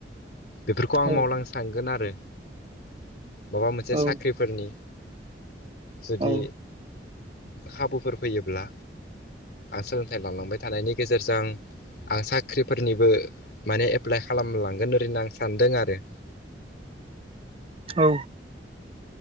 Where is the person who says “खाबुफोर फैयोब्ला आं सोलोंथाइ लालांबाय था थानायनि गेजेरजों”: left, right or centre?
Left